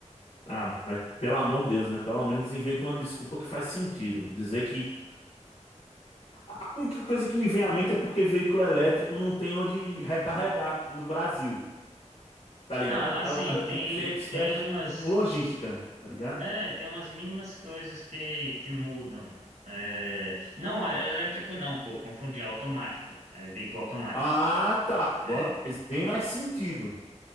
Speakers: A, on the left; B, on the right.
A: Ah, mas pelo amor de Deus, né? Pelo menos inventa uma desculpa que faz sentido. Dizer que a única coisa que me vem à mente é porque veículo elétrico não tem onde recarregar no Brasil, tá ligado?
B: Ah, assim,
A: Aí o cara
B: tem,
A: tem que ser expert
B: tem umas,
A: em em logística, tá ligado?
B: é, tem umas mínimas coisas que, que mudam. É, não, é elétrico não, pô, confundi, é automático, é veículo automático,
A: Ah, tá.
B: é,
A: Agora faz bem mais sentido.